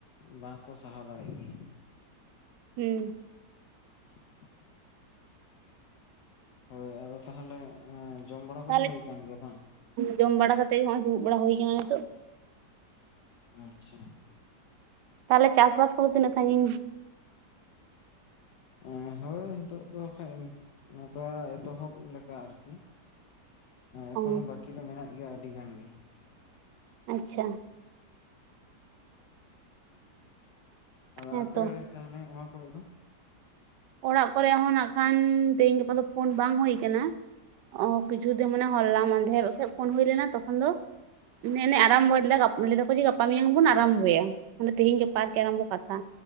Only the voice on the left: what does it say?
ᱵᱟᱝᱠᱚ ᱥᱟᱦᱟᱣ ᱫᱟᱲᱮᱜ ᱜᱮᱭᱟ ᱾
<unintelligible> ᱦᱳᱭ ᱟᱫᱚ ᱛᱟᱦᱚᱞᱮ ᱮᱸ ᱡᱚᱢ ᱵᱟᱲᱟ ᱠᱚᱫᱚ
ᱦᱳᱭ ᱠᱟᱱ ᱜᱮᱭᱟ ᱵᱟᱝ?
ᱟᱪᱪᱷᱟ।
ᱮᱸ ᱦᱳᱭ ᱦᱤᱛᱚᱜ ᱫᱚ ᱠᱷᱟᱡ ᱱᱚᱝᱠᱟ ᱮᱛᱚᱦᱚᱵ ᱞᱮᱠᱟ ᱟᱨᱠᱤ ᱮᱠᱷᱚᱱᱳ
ᱵᱟᱹᱠᱤ ᱫᱚ ᱢᱮᱱᱟᱜ ᱜᱮᱭᱟ ᱟᱹᱰᱤ ᱜᱟᱱ ᱜᱮ
ᱟᱫᱚ
ᱟᱯᱮ ᱛᱟᱦᱚᱞᱮ ᱚᱱᱟ ᱠᱚᱨᱮ ᱫᱚ?